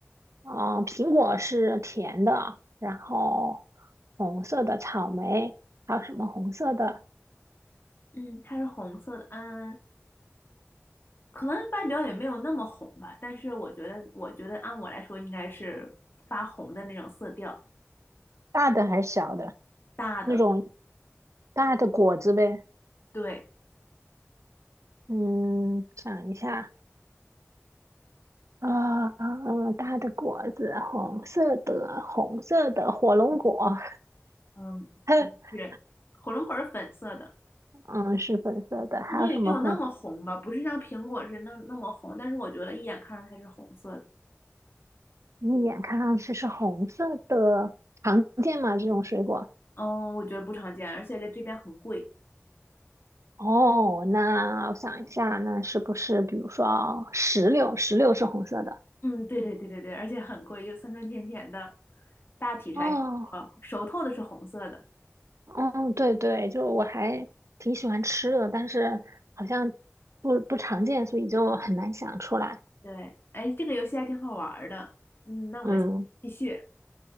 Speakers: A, on the right; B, on the left.
A: 嗯、呃苹果是甜的，然后红色的草莓，还有什么红色的？
B: 嗯，它是红色的，嗯，可能外表也没有那么红吧，但是我觉得，我觉得按我来说应该是发红的那种色调，
A: 大的还是小的？
B: 大的，
A: 那种大的果子呗。
B: 对，
A: 嗯，想一下，啊、呃，嗯，大的果子，红色的，红色的火龙果，
B: 嗯，
A: <laughs>
B: 是，火龙果是粉色的，
A: 嗯，是粉色的。还有什么红？
B: 可能也没有那么红吧，不是像苹果是那那么红，但是我觉得一眼看上它是红色的，
A: 你一眼看上去是红色的，常见吗？这种水果？
B: 嗯，我觉得不常见，而且在这边很贵，
A: 哦，那我想一下，那是不是比如说石榴？石榴是红色的。
B: 嗯，对对对对对，而且很贵，又酸酸甜甜的，大体上，
A: 哦，
B: 还是熟透的是红色的。
A: 嗯，对对，就我还挺喜欢吃的，但是好像不不常见，所以就很难想出来。
B: 对，哎，这个游戏还挺好玩儿的。嗯，那我们下次继续，
A: 嗯